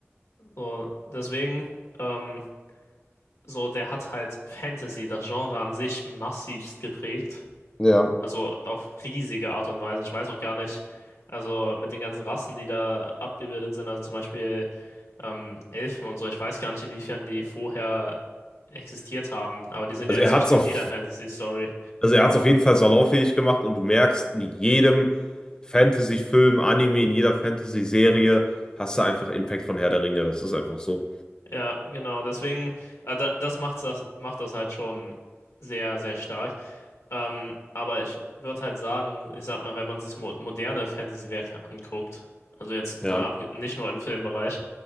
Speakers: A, on the left; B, on the left.
A: So, deswegen, ähm, so, der hat halt Fantasy, das Genre an sich, massivst geprägt.
B: Ja.
A: Also auf riesige Art und Weise. Ich weiß auch gar nicht, also mit den ganzen Rassen, die da abgebildet sind, also zum Beispiel ähm, Elfen und so, ich weiß gar nicht, inwiefern die vorher existiert haben, aber die sind
B: Also
A: ja inzwischen
B: er hat es
A: in
B: auf
A: jeder Fantasy-Story.
B: Also er hat es auf jeden Fall salonfähig gemacht und du merkst, in jedem Fantasy-Film, Anime, in jeder Fantasy-Serie hast du einfach Impact von Herr der Ringe. Das ist einfach so.
A: Ja, genau, deswegen, äh, da, das macht das, macht das halt schon sehr, sehr stark. Ähm, aber ich würde halt sagen, ich sag mal, wenn man sich mo moderne Fantasy-Werke anguckt, also jetzt
B: Ja.
A: mal ab, nicht nur im Filmbereich,